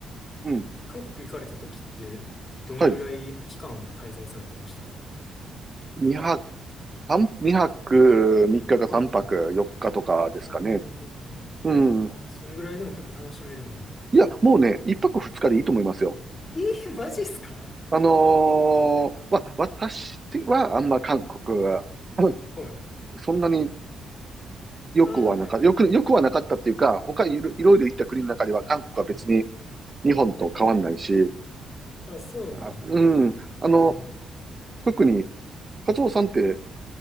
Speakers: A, on the right; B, on the left.
A: うん。
B: 韓国行かれた時って、どんぐらい期間滞在されてました
A: はい。2泊、三2泊3日か3泊4日とかですかね。
B: はいはい。あ、なるほど、なるほど。
A: うん。
B: あ、そんぐらいでも結構楽しめるんや。
A: いや、もうね、1泊2日でいいと思いますよ。
B: えー、マジっすか
A: あのーわ私はあんま韓国は、うん
B: はい。
A: そんなによくはなか、
B: あーはい。
A: よく、よくはなかったっていうか、他いろいろいろ行った国の中では韓国は別に日本と変わんないし、
B: <laughs> あ、そうなんや。
A: あ、うん。あの、
B: えー
A: 特に、カツオさんって、